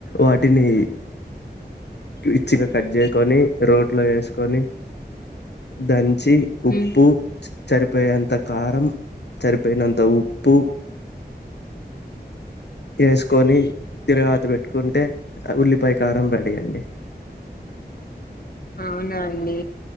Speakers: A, on the left (about 80°); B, on the left (about 60°).
A: వాటిని ఇచ్చిగా కట్ చేకొని రోట్లో వేసుకొని దంచి ఉప్పు
B: హ్మ్.
A: సరిపోయినంత కారం చరిపోయినంత ఉప్పు ఏస్కొని తిరాగాతి పెట్టుకుంటే ఉల్లిపాయ కారం రెడీ అండి
B: అవన అండీ